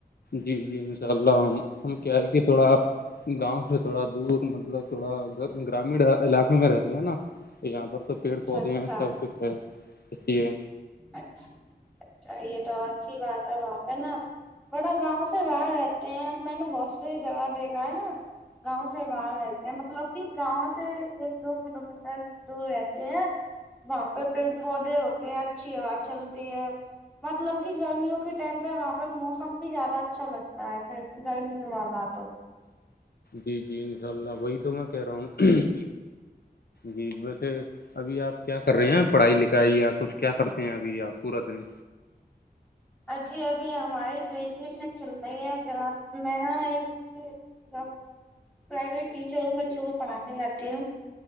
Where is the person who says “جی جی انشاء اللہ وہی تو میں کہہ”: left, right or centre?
Left